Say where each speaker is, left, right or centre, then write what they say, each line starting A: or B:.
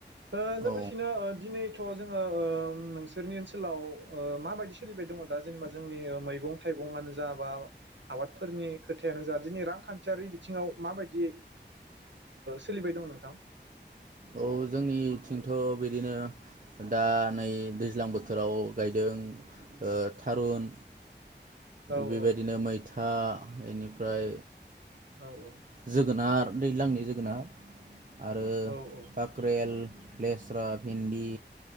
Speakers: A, on the right; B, on the right.
A: ओ
B: औ
A: लोगोसेनो ओ दिनैथ' जोंङो ओ नोंसोरनि ओनसोलाव ओ माबायदि सोलिबाय दङ दा जेनेबा जोंनि मैगं थाइगंआनो जा बा आबादफोरनि खोथायानो जा दिनै रांखान्थियारि बिथिङाव ओ माबायदि सोलिबाय दङ नोंथां?
B: औ जोंनिथिंथ' बिदिनो दा नै दैज्लां बोथोराव गायदों ओ थारुन।
A: औ
B: बेबायदिनो
A: औ नोंथां
B: मैथा। इनिफ्राय
A: औ औ नोंथां
B: जोगोनार। दैलांनि जोगोनार आर खाख्रेल
A: औ औ
B: लेस्रा भिन्दि